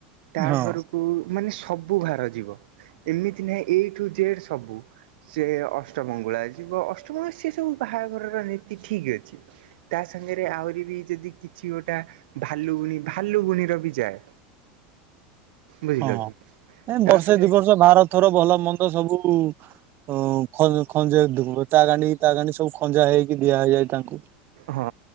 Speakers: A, on the right; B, on the right.
A: ତା
B: ହଁ।
A: ଘରକୁ ମାନେ ସବୁ ଭାର ଯିବ ଏମିତି ନାହିଁ ଏ ଟୁ ଜେଡ୍ ସବୁ। ସେ ଅଷ୍ଟମଙ୍ଗୁଳା ଯିବ ଅଷ୍ଟମଙ୍ଗଳା ସେ ସବୁ ବାହାଘରର ନୀତି ଠିକ୍ ଅଛି। ତା ସାଙ୍ଗରେ ଆହୁରି ବି ଜେଦୀ କିଛି ଗୋଟା ଭାଲୁଗୁଣି ଭାଲୁ ଗୁଣିର ବି ଯାଏ। ବୁଝିଲ
B: ହଁ
A: କି
B: ଏ
A: ତାପରେ
B: ବର୍ଷେ ଦି ବର୍ଷ ଭାର ଥୋର ଭଲ ମନ୍ଦ ସବୁ ଓ ଖ ଖଞ୍ଜା ତା ଗାଣ୍ଡୀ ତା ଗାଣ୍ଡୀ ସବୁ ଖଞ୍ଜା ହେଇକି ଦିଆ ହେଇଯାଏ ତାଙ୍କୁ।
A: ହଁ